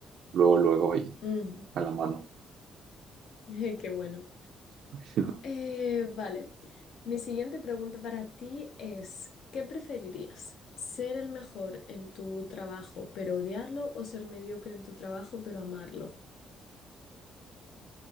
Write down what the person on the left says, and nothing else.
Ujú.
<laughs> Qué bueno.
Eh, vale. Mi siguiente pregunta para ti es, ¿qué preferirías? ¿Ser el mejor en tu trabajo pero odiarlo o ser mediocre en tu trabajo pero amarlo?